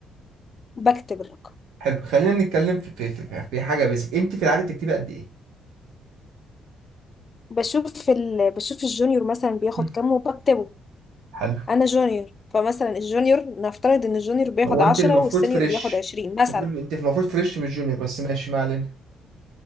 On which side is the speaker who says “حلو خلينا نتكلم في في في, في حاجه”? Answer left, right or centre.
Right